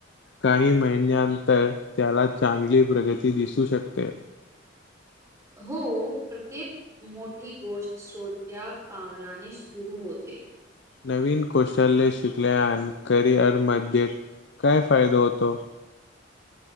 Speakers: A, on the left; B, on the right.
A: काही महिन्यांतर त्याला चांगली प्रगती दिसू शकते.
B: हो.. प्रत्येक मोठी गोष्ट सोट्या पावलाने सुरू होते.
A: नवीन कौशल्य शिकल्यान करिअरमध्ये काय फायदा होतो?